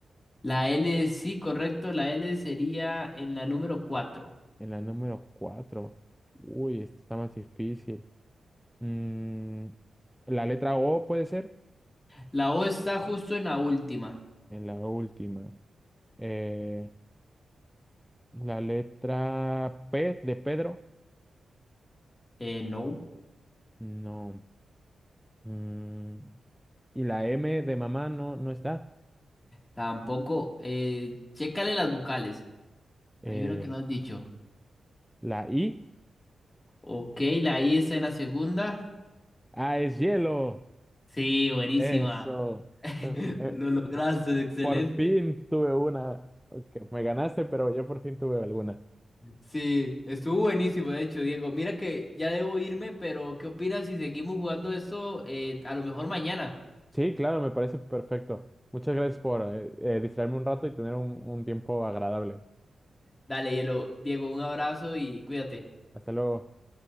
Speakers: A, on the left (about 20°); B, in the centre.
A: La L, sí, correcto. La L sería en la número cuatro
B: en la número 4. Uy, esta está más difícil. Mm, la letra O puede ser
A: La O está justo en la última.
B: en la última. Eh, la letra P de Pedro,
A: Eh, no.
B: no. Mm, y la M de mamá no, no está.
A: Tampoco. Eh, chécale las vocales.
B: Eh,
A: Hay una que no has dicho.
B: la I,
A: Ok, la I está en la segunda.
B: ah, es hielo.
A: Sí, buenísima.
B: Eso.
A: <laughs>
B: Eh, eh,
A: Lo lograste, excelente.
B: por fin tuve una. Ok, me ganaste, pero yo por fin tuve alguna.
A: Sí, estuvo buenísimo, de hecho, Diego. Mira que ya debo irme, pero ¿qué opinas si seguimos jugando eso eh, a lo mejor mañana?
B: Sí, claro, me parece perfecto. Muchas gracias por eh, eh, distraerme un rato y tener un un tiempo agradable.
A: Dale, Hielo. Diego, un abrazo y cuídate.
B: Hasta luego.